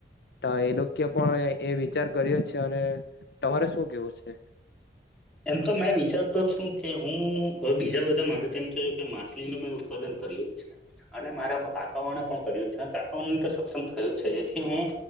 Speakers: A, on the left (about 60°); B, in the centre.
A: તો એ લોકો પણ એ વિચાર કર્યો છે, અને તમારે શું કેવું છે.
B: એમ તો મેં વિચારતો છુ, કે હું હવે બીજા બધા મારું તેમમ તો કે મા મેં ઉત્પાદન કર્યુ અને મારા કાકાવાને પણ કર્યું છે, કાકાવાણ તો સક્ષમ થયું છે, જેથી હુ